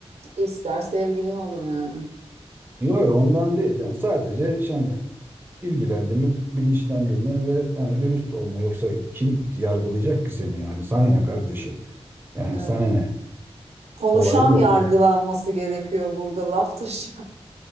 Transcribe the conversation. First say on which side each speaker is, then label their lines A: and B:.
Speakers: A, on the right (about 75°); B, on the right (about 20°).
A: ister sevgilim olur yani.
B: yok yok, ondan değil yani sadece şey, hani bilgilendirme, bilinçlendirme ve yani dürüst olma. Yoksa kim yargılayacak ki seni yani? Sana ne kardeşim? Yani
A: Evet.
B: sana ne?
A: Konuşan
B: Olay bu.
A: yargılanması gerekiyor burada laf taşı